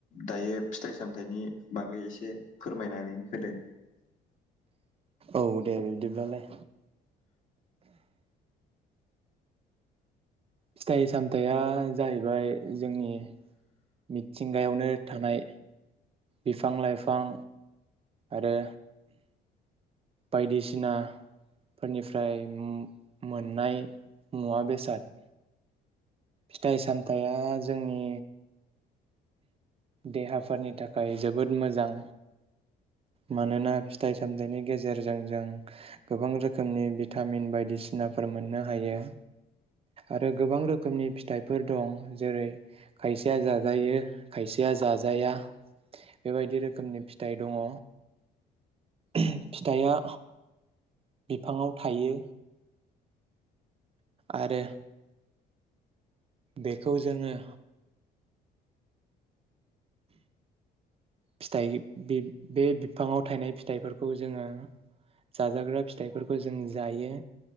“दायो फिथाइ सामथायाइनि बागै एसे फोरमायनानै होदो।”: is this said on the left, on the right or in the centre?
Left